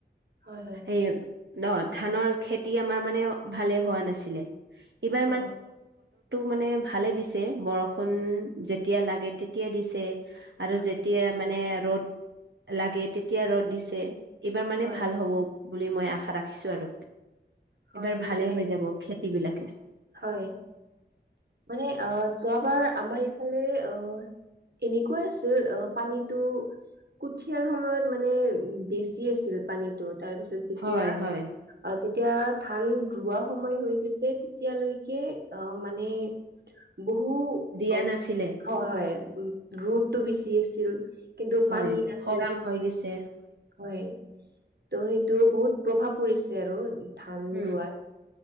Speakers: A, on the right; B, on the right.
A: হয় হয়।
B: এই ন ধানৰ খেতি আমাৰ মানে ভালে অ
A: অ
B: মানে ভালে দিছে বৰষুণ যেতিয়া লাগে তেতিয়া দিছে। আৰু
A: হয়
B: যেতিয়া মানে ৰ'দ লাগে তেতিয়া ৰ'দ দিছে। এইবাৰ মানে
A: হয়
B: ভাল হব বুলি মই আশা ৰাখিছো আৰু।
A: হয়
B: এইবাৰ ভালে
A: মানে
B: হৈ যাব খেতি বিলাকে।
A: হয় মানে অহ যোৱাবাৰ আমাৰ এইফালে অহ। এনেকুৱাই আছিল অহ পানীতটো কঠিয়াৰ সময়ত মানে বেছি আছিল পানীটোত। তাৰপিছত যেতিয়া
B: হয়
A: অহ
B: হয়
A: যে। এতিয়া ধান ৰোৱা সময় হৈ গৈছে তেতিয়ালৈকে অহ মানে। বহু
B: দিয়া
A: অহ
B: নাছিলে
A: হয় হয় উম ৰ'দটো বেছি আছিল। কিন্তু
B: হয়
A: পানী নাছিল
B: খৰাং হৈ গৈছে
A: হয় তো সেইটো বহুত প্ৰভাৱ পৰিছে আৰু ধান
B: উম
A: ৰোৱাত।